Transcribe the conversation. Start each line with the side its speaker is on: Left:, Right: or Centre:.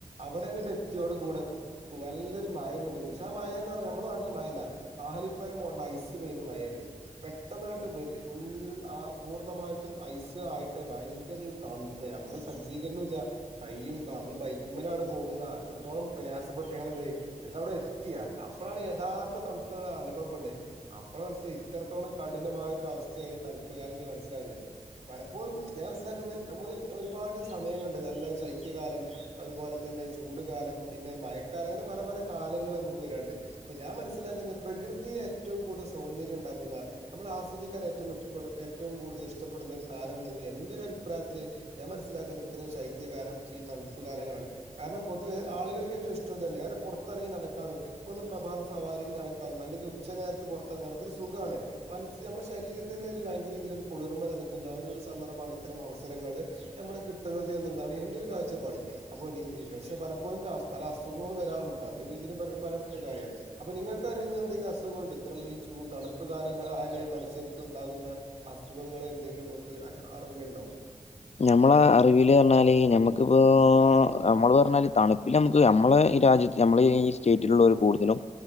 Right: അവ്ടെങ്ങെട് എത്ത്യോട് കൂടെ നല്ലെരു മയങ്ങെട്യ്ത് ക്ഷെ ആ മയാന്ന് പർഞ്ഞാ ഞമ്മെളെ നാ ട്ട്ൽല്ലെ മയെല്ലാ ആലിപ്പയം മോഡ്ല് ഐസ് പെയ്യ്ന്ന മയായ്ര്ന്ന് പെട്ടെന്ന്ങ്ങെട്ട് വെൽ ഫുൾ ആഹ് പൂർണ്ണമായ്ട്ടും ഐസ് ആയ്ട്ട് ഭയ്ങ്കെരൊര് തണ്പ്പെ ഞമ്മെള് സജ്ജീകരണുല്ലാ കയ്യും കാ മ്മള് ബൈക്ക്മ്മലാണ് പോകുന്ന് അത്രെത്തോളം പ്രയാസപ്പെട്ട് ഞങ്ങളെന്തായ് ന്നിട്ടവ്ടെ എത്തി അഹ് അപ്പളാണ് യഥാർത്ഥ തൺപ്പ് ഞങ്ങളനുഭവപ്പെട്ണെ അപ്പളാ മൻസ്സ്ലായ് ഇത്രത്തോളം കഠിനമായ്ട്ടൊര അവസ്ഥേനി തൺപ്പ്കാലംന്ന് മൻസ്സ്ലാവ്ന്നെ പലപ്പോഴും ഞാൻ മൻസ്സിലാക്ക്ന്ന് നമ്മള് ഒരുപാട് സമയം കണ്ട് നല്ല ശൈത്യകാലം അതുപോലെ തന്നെ ചൂട് കാലം പിന്നെ മയക്കാലം അങ്ങനെ പല പല കാലങ്ങൾ നമുക്ക് വരാണ്ട് അപ്പം ഞാൻ മനസ്സ്ലാക്ക്ന്നെ പ്രകൃതീ ഏറ്റവും കൂട്ത സൗന്ദര്യംണ്ടാക്കുന്ന നമ്മൾ ആസ്വദിക്കാനേറ്റവും ഇഷ്ടപ്പെട് ഏറ്റവും കൂടുതലി ഷ്ടപ്പെടുന്ന ഒരു കാല ന്നുള്ളത് എന്റെ ഒരു അഭിപ്രായത്തില് ഞാൻ മനസ്സിലാക്കുന്നു ഇത്രേം ശൈത്യകാലംശി തണുപ്പ് കാലങ്ങളാണ് കാരണം പൊതുവേ ആളുകൾക്ക് ഏറ്റവു ഇഷ്ടവു തന്നെ. കാരണം പുറത്തെറങ്ങി നടക്കാനും പ്പന്ന് പ്രഭാത സവാരിക്ക് നടക്കാനും അല്ലെങ്കിൽ ഉച്ചനേരത്ത് പുറത്തെറങ്ങാനുംഒക്കൊരു സുഖാണ് മനസ്സ് നമ്മളെ ശരീരത്തിന് ഒരു വയങ്കര ഇതിലൊരു കുളിർമ നൽകുന്ന ഒരു സന്ദർഭാണ് ഇത്തരം അവസരങ്ങള് നമ്മള് കിട്ടുന്നത് എന്നുള്ളതാണ് എന്റെ ഒരു കാഴ്ചപ്പാട് അപ്പൊ നി പക്ഷെ പലപ്പോഴും പല അസുഖങ്ങളും വരാറുണ്ട്ട്ടോ. അത് ഇതിലും പറയപ്പെട്ടൊരു കാര്യ അപ്പൊ നിങ്ങക്ക് അറിയുന്ന എന്തെങ്കിലും അസുഖങ്ങള്ണ്ടോ. ഇത്രം ഈ ചൂ തണുപ്പ് കാലങ്ങആ ലാ ള മനുഷ്യർക്ക് ണ്ടാകുന്ന അസു ങ്ങെളെന്തെങ്കിലും ങ്ങക്ക് അൻ അറ് വിലുണ്ടോ
Left: നമ്മളെ അറിവില് റഞ്ഞാല്... ഞമ്മക്കിപ്പോ.,. നമ്മള് പറഞ്ഞാല് തണുപ്പില് നമുക്ക് നമ്മളെ ഈ രാജ്യത്ത് നമ്മള് ഈ സ്റ്റേറ്റിലുള്ളവർ കൂടുതലും